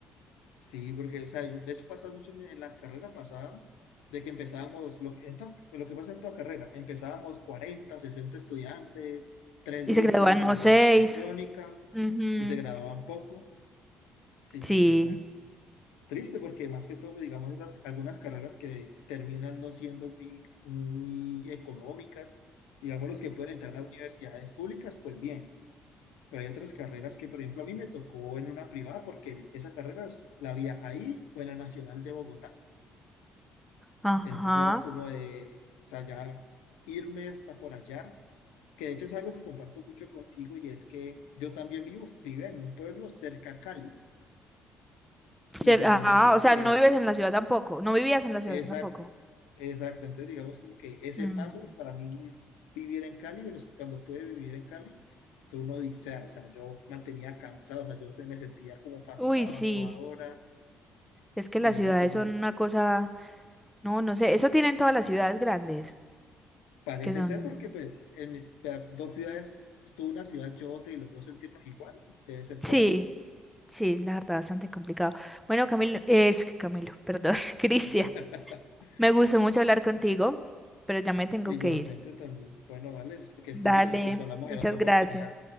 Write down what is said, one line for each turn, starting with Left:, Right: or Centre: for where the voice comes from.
Left: Sí, porque, o sea, yo- de hecho pasa mucho en en la carrera pasada, de que empezábamos, lo que, en to- lo que pasa en toda carrera, empezábamos 40, 60 estudiantes, tres
Centre: Y
Left: grupos
Centre: se gradúan
Left: de ingeniería
Centre: no seis.
Left: mecatrónica
Centre: Ujú,
Left: y se graduaban poco. Sí,
Centre: Sí.
Left: sí, sí, eso es triste porque más que todo, pues, digamos, esas algunas carreras que terminan no siendo muy, muy económicas, digamos, los que pueden entrar a universidades públicas, pues bien. Pero hay otras carreras que, por ejemplo, a mí me tocó en una privada porque esa carrera es- la había ahí o en la Nacional de Bogotá.
Centre: Ajá.
Left: Entonces era como de, o sea, ya irme hasta por allá, que de hecho es algo que comparto mucho contigo y es que yo también vivo, vivo en un pueblo cerca a Cali y
Centre: Ser-
Left: pues
Centre: ah,
Left: también como
Centre: o
Left: que,
Centre: sea, no vives en la ciudad tampoco. No vivías en la ciudad
Left: exacto,
Centre: tampoco.
Left: exacto. Entonces digamos como que ese
Centre: Mm.
Left: paso pues, para mí vivir en Cali, o los- cuando pude vivir en Cali, fue una odisea, o sea, yo mantenía cansado, o sea, yo se me sentía como fatigado
Centre: Uy, sí.
Left: a toda hora,
Centre: Es que
Left: Digamos
Centre: las ciudades
Left: que eso
Centre: son
Left: es-
Centre: una cosa. No, no sé. Eso tienen todas las ciudades grandes,
Left: parece
Centre: que son.
Left: ser porque pues en mi- pe- dos ciudades, pues, tú una ciudad, yo otra y los dos sentirnos igual, debe ser
Centre: Sí,
Left: por ahí.
Centre: sí, es la verdad, bastante complicado. Bueno, Camilo, eh, es que Camilo, perdón, <laughs> Cristian.
Left: <laughs>
Centre: Me gustó mucho hablar contigo, pero ya me tengo
Left: Igualmente
Centre: que ir.
Left: también. Bueno, vale, este- que estés
Centre: Dale,
Left: bien. Entonces hablamos
Centre: muchas
Left: en otra oportunidad.
Centre: gracias.